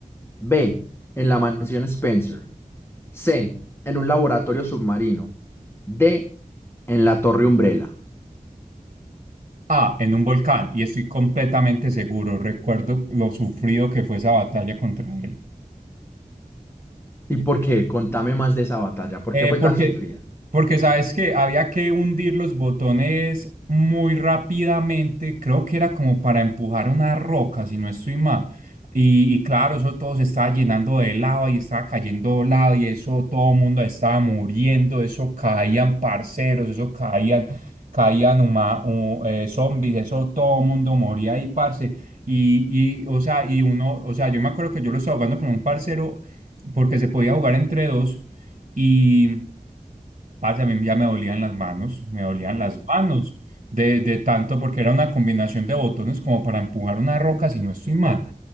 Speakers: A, on the left (about 15°); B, on the right (about 50°).
A: B. En la mansión Spencer. C. En un laboratorio submarino. D. En la torre Umbrella.
B: Ah, en un volcán, y estoy completamente seguro. Recuerdo lo sufrido que fue esa batalla contra él.
A: ¿Y por qué? Contame más de esa batalla. ¿Por
B: Eh,
A: qué fue
B: porque,
A: tan sufrida?
B: porque sabes que había que hundir los botones muy rápidamente, creo que era como para empujar una roca, si no estoy mal. Y, y claro, eso todo se estaba llenando de lava y estaba cayendo lava y eso todo el mundo estaba muriendo, eso caían parceros, eso caían, caían huma- o, eh, zombies, eso todo el mundo moría ahí, parce. Y, y, o sea, y uno, o sea, yo me acuerdo que yo lo estaba jugando con un parcero porque se podía jugar entre dos. Y, parce, a mí ya me dolían las manos, me dolían las manos de, de tanto porque era una combinación de botones como para empujar una roca si no estoy mal.